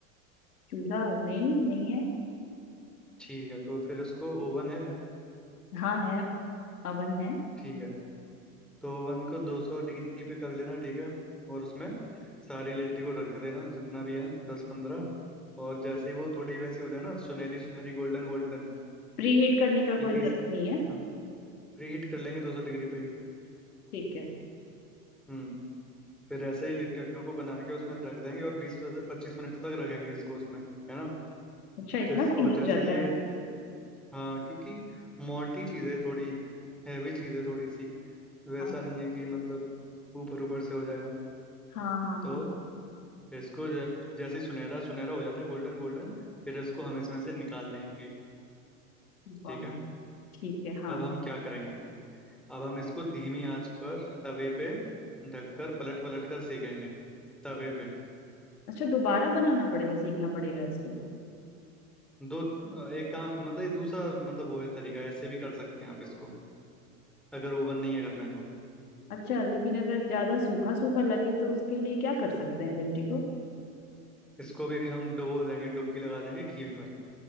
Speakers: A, on the left; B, in the centre.
A: चूल्हा नहीं नहीं है
B: ठीक है तो फिर उसको ओवन है
A: हाँ है अवन है
B: ठीक है तो ओवन को 200 डिग्री पे कर लेना ठीक है और उसमें सारी लिट्टी को रख देना जितना भी है दस पंद्रह और जैसे ही वो थोड़ी वैसी हो जाए ना सुनहरी सुनहरी गोल्डन गोल्डन
A: प्री हीट करने का कोई
B: ये बीस
A: जरूरत नहीं है
B: हाँ प्री हीट कर लेंगे 200 डिग्री पे ही
A: ठीक है
B: हम्म, फिर ऐसे ही लिट्टियों को बना के उसमें रख देंगे और बीस से पच्चीस मिनट तक रखेंगे इसको उसमें है ना
A: अच्छा इतना
B: जिस
A: टाइम
B: और
A: लग
B: जैसे
A: जाता
B: ये
A: है
B: हाँ क्योंकि मोटी चीज़ है थोड़ी हैवी चीज़ है थोड़ी सी वैसा
A: हाँ
B: नहीं है कि मतलब ऊपर ऊपर से हो जाएगा
A: हाँ हाँ
B: तो
A: हाँ
B: इसको जब जैसे ही सुनहरा सुनहरा हो जाता है गोल्डन गोल्डन फिर इसको हम इसमें से निकाल लेंगे
A: वाह
B: ठीक है
A: ठीक है हाँ
B: अब हम क्या करेंगे अब हम इसको धीमी आंच पर तवे पे ढककर पलट पलट कर सेकेंगे तवे पे
A: अच्छा दोबारा बनाना पड़ेगा सीखना पड़ेगा इसको
B: दो एक काम मतलब ये दूसरा मतलब वो है तरीका ऐसे भी कर सकते हैं आप इसको अगर ओवन नहीं है घर में तो
A: अच्छा लेकिन अगर ज्यादा सूखा सूखा लगे तो उसके लिए क्या कर सकते हैं लिट्टी को
B: इसको भी हम डुबो देंगे डुबकी लगा देंगे घी में